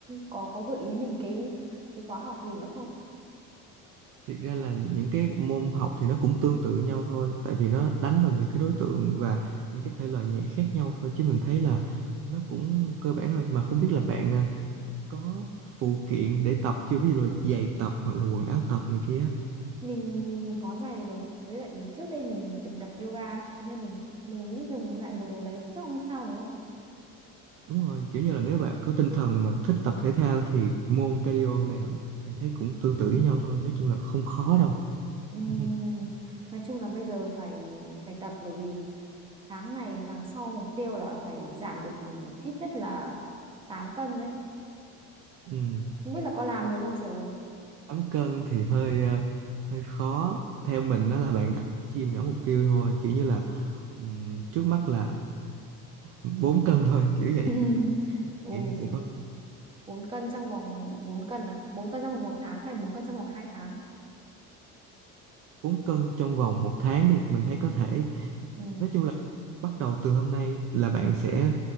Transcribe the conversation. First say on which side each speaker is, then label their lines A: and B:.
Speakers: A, on the right; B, on the right.
A: có có gợi ý mình cái cái khóa học gì nữa không?
B: thiệt ra là những cái môn học thì nó cũng tương tự nhau thôi tại vì nó đánh vào những cái đối tượng và những cái thể loại nhạc khác nhau thôi chứ mình thấy là nó cũng cơ bản thôi mà không biết là bạn à, có phụ kiện để tập chưa ví dụ là giày tập hoặc là quần áo tập này kia
A: Mình mình mình có giày rồi. Với lại trước đây mình từng tập yoga ấy, thế nên mình mình nghĩ dùng lại bộ đồ đấy chắc không sao đúng không?
B: đúng rồi kiểu như là nếu bạn có tinh thần mà thích tập thể thao thì môn cardio nào bạn thấy cũng tương tự với nhau thôi nói chung là không khó đâu
A: Ừm,
B: <laughs>
A: nói chung là bây giờ phải phải tập bởi vì tháng này tháng sau mục tiêu là phải giảm được ừ, ít nhất là 8 cân đấy.
B: Ừ,
A: Không biết là có làm được không trời.
B: tám cân thì hơi ờ, hơi khó theo mình đó là bạn đặt chia nhỏ mục tiêu thôi kiểu như là ừm, trước mắt là 4 cân thôi kiểu vậy
A: <laughs> Ừ.
B: Nghĩ mình sẽ có
A: bốn cân trong vòng 4 cân à 4 cân trong vòng một tháng hay 4 cân trong vòng hai tháng
B: bốn cân trong vòng một tháng đi mình thấy có thể
A: ừ.
B: nói chung là bắt đầu từ hôm nay là bạn sẽ